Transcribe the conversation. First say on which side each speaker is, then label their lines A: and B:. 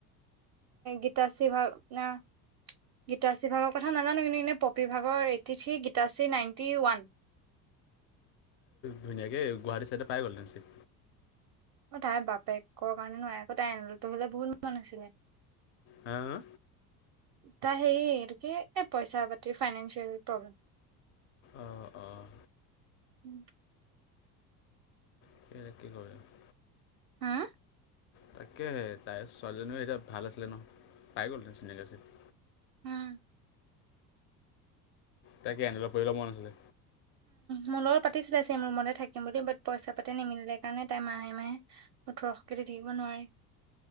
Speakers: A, on the right; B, on the left.
A: গীতাশ্ৰী ভাগ না গীতাশ্ৰী ভাগৰ কথা নাজানো কিন্তু এনেই পপী ভাগৰ eighty three Gitashree ninety one.
B: ধুনীয়াকৈ গুৱাহাটী ছাইডে পায় গ'ল ছিট।
A: অ', তাইৰ বাপেকৰ কাৰণে নহয় আকৌ তাই এনতো হলে বহুত মন আছিলে।
B: হা হা।
A: তাই হেৰি হটো কি এই পইচা পাতি ফাইনেন্সিয়েল প্ৰব্লেম।
B: অঁ অঁ
A: উম।
B: <unintelligible>
A: হা
B: তাকেহে তাইৰ ছোৱালীজনীও এতিয়া ভাল আছিলে ন পাই গ'ল হয় ধুনীয়াকে চিট।
A: উম।
B: তাকে <unintelligible> পৰিল মন নাছিলে।
A: মোৰ লগত পাতিছিলে চেম ৰুমতে থাকিম বুলি বাট পইচা পাতি নিমিলে কাৰণে তাই মাহে মাহে ওঠৰছ পাটি থাকিব নোৱাৰি।